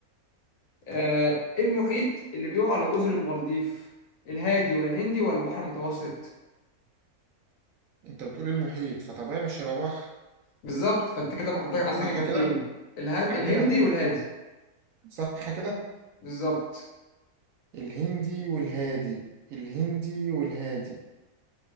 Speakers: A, on the left; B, on the right.
A: آه، ايه المحيط اللي بيقع على جزر المالديف الهادي ولا الهندي ولا البحر المتوسط
B: انت بتقول إيه المحيط فطبيعي مش هيبقى بحر
A: بالظبط فانت كده محضر عندك
B: صح
A: اجابتين
B: كده
A: الهن...
B: عندنا
A: الهندي
B: اجابتين
A: والهادي
B: صح كده
A: بالظبط
B: الهندي والهادي الهندي والهادي